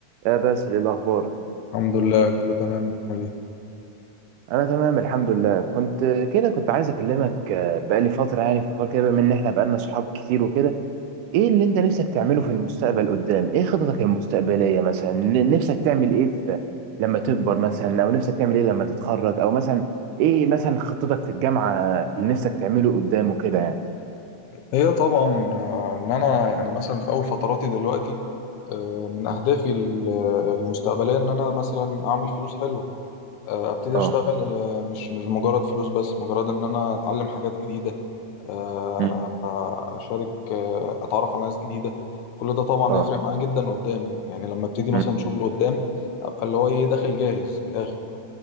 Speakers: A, on the right (about 90°); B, on the left (about 75°).
A: يا بس ايه الاخبار
B: الحمد لله كله تمام انت عامل ايه
A: انا تمام الحمد لله كنت كده كنت عايز اكلمك آه، بقالي فتره يعني في حوار كده بما ان احنا بقالنا صحاب كتير وكده ايه اللي انت نفسك تعمله في المستقبل قدام ايه خططك المستقبليه مثلا ن- نفسك تعمل ايه في لما تكبر مثلا او نفسك تعمل ايه لما تتخرج او مثلا ايه مثلا خطتك في الجامعه في اللي نفسك تعمله قدام وكده يعني
B: هي طبعا آه، ان انا يعني مثلا في اول فتراتي دلوقتي آه، من اهدافي ال- المستقبليه ان انا مثلا اعمل فلوس حلوه آه، ابتدي
A: اه
B: اشتغل آه، مش مش مجرد فلوس بس مجرد ان انا اتعلم حاجات جديده آه،
A: مم.
B: آه، اشارك آه، اتعرف على ناس جديده كل ده طبعا
A: اه
B: يفرق معايا جدا قدام يعني لما ابتدي مثلا
A: مم.
B: شغل قدام ابقى اللي هو ايه داخل جاهز من الاخر